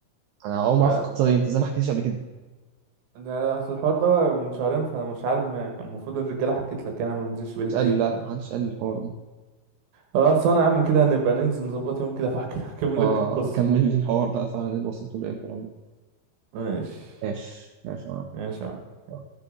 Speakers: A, on the right (about 85°); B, on the right (about 70°).
A: انا اول ما
B: ع-
A: اعرف القصه دي انت زي ما حكيتش قبل كده
B: أنا أصل الحوار ده بقى من شهرين فأنا مش عارف ما- يعني كان المفروض الرجالة حكيت لك أنا ما بنزلش بقالي
A: مش
B: كتير
A: قال لي لا ما حدش قال لي الحوار ده
B: خلاص أنا يا عم كده نبقى ننزل نظبط يوم كده فأحكي <laughs> أكمل
A: اه
B: لك القصة
A: كمل لي الحوار بقى فعلا اللي وصلت له ايه والكلام ده
B: ماشي
A: ماشي ماشي
B: ماشي يا معلم.
A: آه.